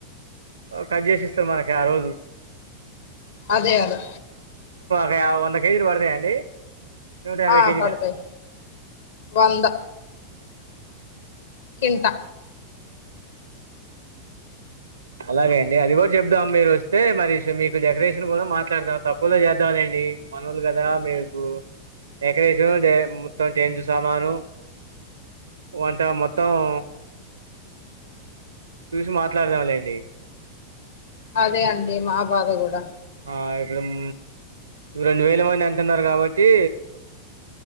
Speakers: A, on the right; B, on the left.
A: ఆ కాడ్ జేసిస్తారు మనకి ఆ రోజు
B: అదే అదో
A: రేయా వంద కేజీలు వడతాయండి. నూట యాభై
B: ఆ
A: కేజీలా.
B: పడతాయి వంద కింటా
A: అలాగే అండి అది గూడ్ జేబద్ధం మీరు వస్తే స్మరిషు మీకు డెకరేషన్ గూడ మాట్లాడదాం తక్కువలో చేద్దాంలెండి. మనోళ్లు గదా మీకు ఎక్కరేషు జే మొత్తం టెంటు సామాను. వంట మొత్తం ఊహో చూసి మాట్లాడదాంలేండి.
B: అదే అండి మా బాధ గూడా
A: ఆ ఇప్పుడూమ్ రెండు వేల మంది అంటున్నారు గావట్టి